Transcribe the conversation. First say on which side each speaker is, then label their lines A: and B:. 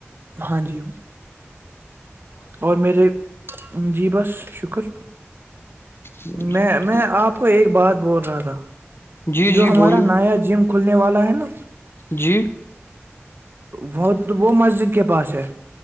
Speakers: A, on the right; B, on the left.
A: ہاں جی اور میرے جی بس شکر
B: جی
A: میں میں
B: ٹھیک
A: آپ کو ایک بات بول رہا تھا
B: جی
A: جو
B: جی
A: ہمارا
B: بولیے
A: نایا جم کھلنے والا ہے نا
B: جی
A: وہ وہ مسجد کے پاس ہے